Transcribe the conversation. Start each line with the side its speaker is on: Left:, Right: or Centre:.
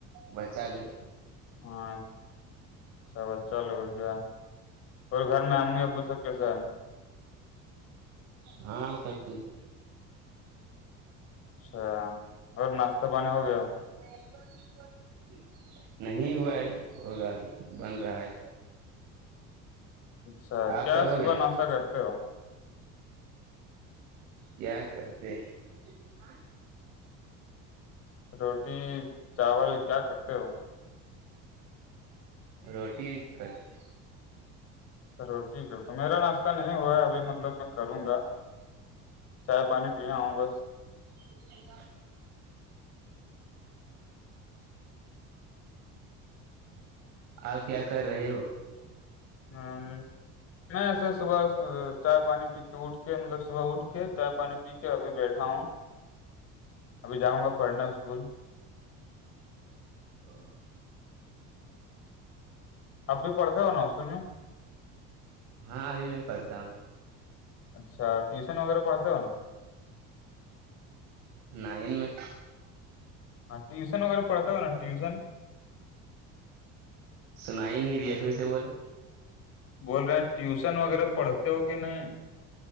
Right: بچہ لوگ
Left: ہاں اچھا بچہ لو گا اور گھر میں امی ابو سب کیسے ہے
Right: ہاں سب ٹھیک ہے
Left: اچھا اور ناشتہ پانی ہو گیا
Right: <inaudible> نہیں ہوا ہے ہوگا بھی بن رہا ہے
Left: اچھا
Right: آپ
Left: کیا
Right: کا ہو
Left: صبح
Right: گیا
Left: ناشتا کرتے ہوو
Right: کیا کرتے ہاں
Left: روٹی چاول کیا کرتے ہو
Right: روٹی کرتے
Left: چلو ٹھیک ہے تو میرا ناشہ نہیں ہوا ہے ابھی مطلب میں کروں گا چائے پانی پا ہوں بس
Right: <inaudible> آپ کیا کر رہے ہو
Left: ھم میں ایسے صبح چائے پانی پی کے اٹھ کے مطلب صہ صبح اٹھ کے چائے پانی پی کے ابھی بیٹھا ہوں ابھی جاؤں گا پڑھنا اسکول
Right: <inaudible>
Left: اپ بھی پڑھتے ہو نا اسکول میں
Right: ہاں ابھی میں پڑھتا ہوں
Left: اچھا ٹیوشن وغیرہ پڑھتے ہو نا
Right: نائن میں
Left: ہاں ٹیوشن وغیرہ پڑتا ہو نا ٹیوشن
Right: سنا ہی نہیں دیا پھر سے بولو
Left: بول رہے ہیں ٹیوشن وغیرہ پڑھتے ہو کہ نہیں